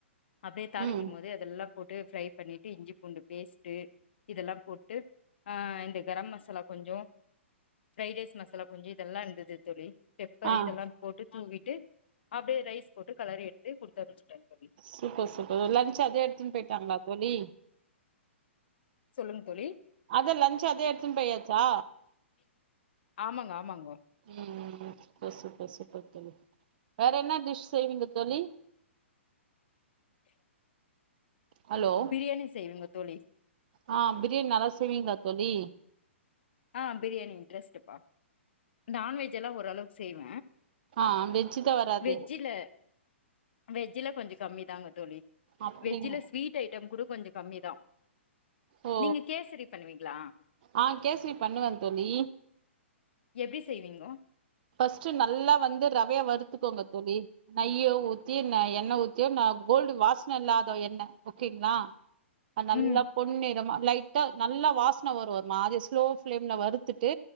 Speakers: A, on the left (about 55°); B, on the right (about 45°).
A: அப்டே தாளிக்கும்
B: ம்
A: போது அதெல்லா போட்டு ஃபரை பண்ணிட்டு இஞ்சி பூண்டு பேஸ்ட்டு இதெல்லா போட்டு ஆ இந்த கரம் மசாலா கொஞ்சோ ஃப்ரைட் ரைஸ் மசாலா கொஞ்சோ இதெல்லா இந்தது தோழி பெப்பர்
B: ஆ
A: இதெல்லா போட்டு தூவிட்டு அப்டே ரைஸ் போட்டு கலறி எடுத்து குடுத்தனுப்ச்ட்டே தோழி
B: சூப்பர் சூப்பர் ஒ லன்ச் அதே எடுத்துன் போய்ட்டாங்ளா தோழி
A: சொல்லுங் தோழி
B: அதா லன்ச் அதே எடுத்துன் போயாச்சா
A: ஆமாங்க ஆமாங்கோ
B: ம் ம் ம் ஓசூப்பர் சூப்பர் தோழி வேற என்ன டிஷ் செய்வீங்க தோழி ஹலோ
A: பிரியாணி செய்வங்க தோழி
B: ஆ பிரியாணி நல்லா செய்வீங்ளா தோழி
A: ஆ பிரியாணி இன்ட்ரஸ்ட்டுப்பா நான்வெஜ்ஜெல்லா ஓரளவுக்கு செய்வ
B: ஆ வெஜ்ஜு தா வராது
A: வெஜ்ஜில வெஜ்ஜில கொஞ்சோ கம்மி தாங்க தோழி
B: அப்டிங்
A: வெஜ்ஜில ஸ்வீட் ஐட்டம் கூட கொஞ்ச கம்மிதா
B: ஓ
A: நீங்க கேசரி பண்வீங்ளா
B: ஆ கேசரி பண்ணுவ தோழி
A: எப்டி செய்வீங்கோ
B: ஃபர்ஸ்ட்டு நல்லா வந்து ரவைய வறுத்துக்கோங்க தோழி நைய்ய ஊத்தி நா எண்ணெ ஊத்தி நா கோல்டு வாசன இல்லாத எண்ண ஓகேங்ளா நல்லா
A: ம்
B: பொன்னிறமா லைட்டா நல்லா வாசன வரு நா அத ஸ்லோ ஃபிளேம்ல வறுத்துட்டு